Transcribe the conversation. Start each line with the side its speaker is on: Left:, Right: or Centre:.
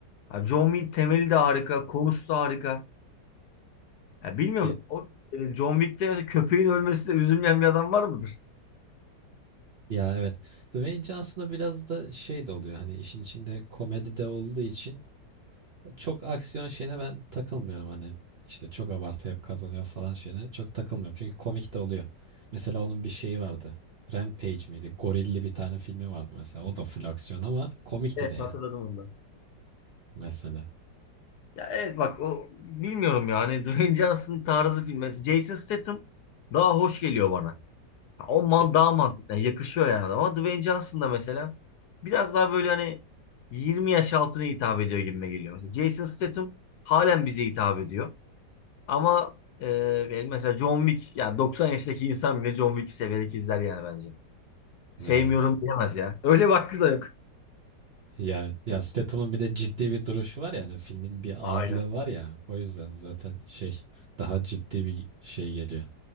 Left: Ya John Wick temeli de harika. Konusu da harika. Ya bilmiyorum
Right: Ya,
Left: o e, John Wick'te mesela köpeğin ölmesine üzülmeyen bir adam var mıdır?
Right: ya evet. Dwayne Johnson'a biraz da şey de oluyor hani işin içinde komedi de olduğu için çok aksiyon şeyine ben takılmıyorum hani işte çok abartı hep kazanıyor falan şeyine çok takılmıyorum çünkü komik de oluyor. Mesela onun bir şeyi vardı. Rampage miydi? Gorilli bir tane filmi vardı mesela. O da full aksiyon ama komikti
Left: Evet
Right: de yani
Left: hatırladım onu da.
Right: mesela.
Left: Ya evet bak o bilmiyorum yani <laughs> Dwayne Johnson tarzı filmi. Jason Statham daha hoş geliyor bana. Ha, O man
Right: Ya,
Left: daha mantıklı. yani yakışıyor yani adama. Ama Dwayne Johnson da mesela biraz daha böyle hani 20 yaş altına hitap ediyor gibime geliyor. Mesela Jason Statham halen bize hitap ediyor. Ama e, yani mesela John Wick ya 90 yaşındaki insan bile John Wick'i severek izler yani bence. Sevmiyorum
Right: Evet.
Left: diyemez ya. Öyle bir hakkı da yok.
Right: Ya, ya Statham'ın bir de ciddi bir duruşu var ya hani filmin bir
Left: Aynen.
Right: ağırlığı var ya o yüzden zaten şey daha ciddi bir şey geliyor.